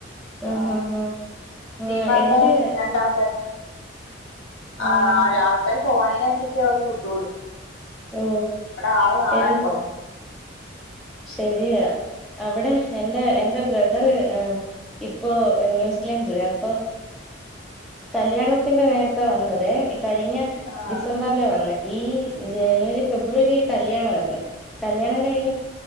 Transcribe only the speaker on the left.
ആ
തീമാക്ക
രണ്ടാൾക്കാർക്ക
ആഹ ആൾക്കാാര് പോണന അവ വിട്ടള്ളൂ
അവിടെ ആള് കാണാ
എപ്പഴും
ആഹ്